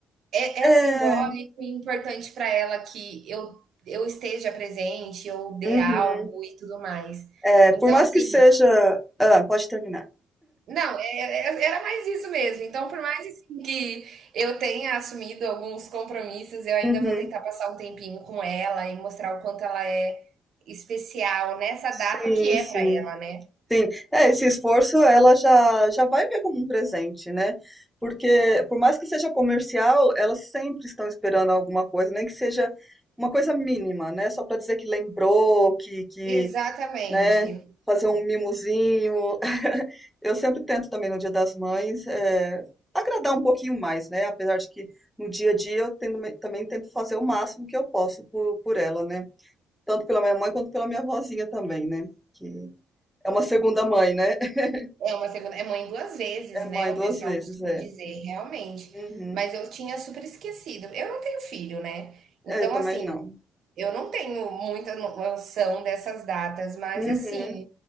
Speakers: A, on the right (about 60°); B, in the centre.
A: é
B: É.
A: é simbólico e importante para ela que eu eu esteja presente, eu dê
B: Uhum.
A: algo e tudo mais.
B: É,
A: Então,
B: por mais
A: assim
B: que seja ah, pode terminar.
A: não, é é era mais isso mesmo. Então, por mais, assim, que eu tenha assumido alguns compromissos, eu ainda
B: Uhum.
A: vou tentar passar um tempinho com ela e mostrar o quanto ela é especial nessa data
B: Sim,
A: que é
B: sim.
A: para ela, né.
B: Sim. É, esse esforço ela já já vai ver como um presente, né? Porque por mais que seja comercial, elas sempre estão esperando alguma coisa, nem que seja uma coisa mínima, né? Só para dizer que lembrou, que que
A: Exatamente.
B: né? Fazer um mimozinho. <laughs> Eu sempre tento também no Dia das Mães eh, agradar um pouquinho mais, né? Apesar de que no dia a dia eu tendo- também tento fazer o máximo que eu posso por, por ela, né? Tanto pela minha mãe quanto pela minha vozinha também, né? Que é uma segunda mãe, né? <laughs>
A: É uma segunda é mãe duas vezes,
B: É mãe
A: né, o
B: duas
A: pessoal
B: vezes,
A: costuma
B: é.
A: dizer, realmente.
B: Uhum.
A: Mas eu tinha super esquecido. Eu não tenho filho, né, então,
B: É, eu também
A: assim,
B: não.
A: eu não tenho muita no noção dessas datas, mas,
B: Uhum.
A: assim,